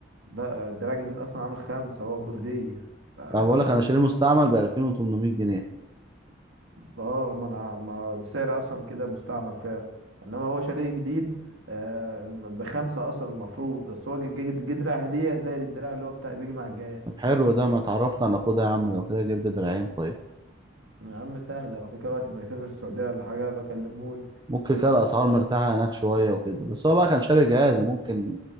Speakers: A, on the right; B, on the right.
A: لا الدراع الجديد اصلا عامل خمسه واخده هديه آه،
B: انا بقول
A: حاجه
B: لك انا شاريه مستعمل ب 2800 جنيه
A: اه ما انا ما السعر اصلا كده مستعمل فعلا انما هو شاريه جديد آه، بخمسه اصلا المفروض بس هو جه جه- جه دراع هديه زائد الدراع اللي هو بتاع بيجي مع الجهاز
B: طب حلو ده ما تعرفنا على خدها يا عم لو كده جيب لي دراعين طيب
A: يا عم سهلة لو كده وقت ما يسافر السعودية ولا حاجة أبقى أكلمهولك
B: ممكن
A: بس هو
B: كده
A: مش
B: الاسعار
A: مسافر
B: مرتاحه
A: دلوقتي
B: هناك شويه وكده بس هو بقى كان شاري جهاز ممكن